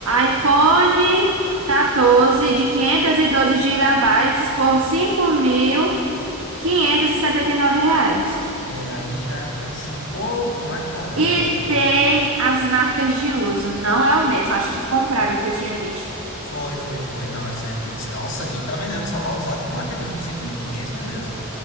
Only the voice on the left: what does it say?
É, aí já é um preço um pouco mais salgado.
Foi, foi, foi. Não, isso é. Isso, nossa, aqui que tá vendendo um celular usado com marca de uso por cinco mil e quinhentos meu Deus.